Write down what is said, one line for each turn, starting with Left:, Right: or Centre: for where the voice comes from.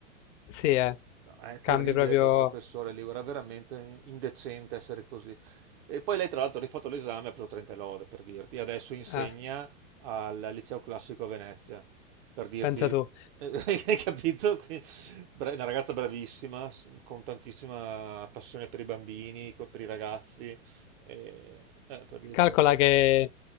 Left: sì, eh,
Right: No, È
Left: cambi
Right: terribile
Left: proprio...
Right: quel professore lì, era veramente indecente essere così. E poi lei, tra l'altro, ha rifatto l'esame e ha preso 30 lode, per dirti, e adesso insegna
Left: Eh,
Right: al Liceo Classico a Venezia, per dirti,
Left: pensa tu.
Right: <laughs> hai capito? Quindi, bra- una ragazza bravissima, s- con tantissima passione per i bambini, co- per i ragazzi, e- eh, per dirti
Left: Calcola
Right: comunque,
Left: che,